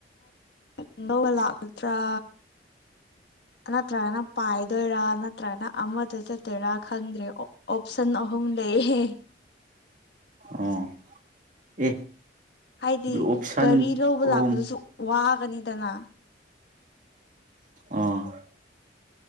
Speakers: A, on the left; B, on the right.
A: <inaudible> ꯂꯥꯛꯀꯗ꯭ꯔꯥ꯫ ꯅꯠꯇ꯭ꯔꯒꯅ ꯄꯥꯏꯗꯣꯏꯔꯥ ꯅꯠꯇ꯭ꯔꯒꯅ ꯑꯃꯗ ꯆꯠꯇꯣꯏꯔꯥ ꯈꯪꯗ꯭ꯔꯦ ꯑꯣ꯫ ꯑꯣꯞꯁꯟ ꯑꯍꯨꯝ ꯂꯩꯌꯦ꯫
B: ꯑꯣ ꯑꯦ꯫
A: ꯍꯥꯏꯗꯤ
B: ꯑꯣꯞꯁꯟ
A: ꯒꯥꯔꯤ ꯂꯧꯕ
B: ꯑꯍꯨꯝ
A: ꯂꯥꯛꯄꯗꯨꯁꯨ ꯋꯥꯒꯅꯤꯗꯅ꯫
B: ꯑꫭ꯫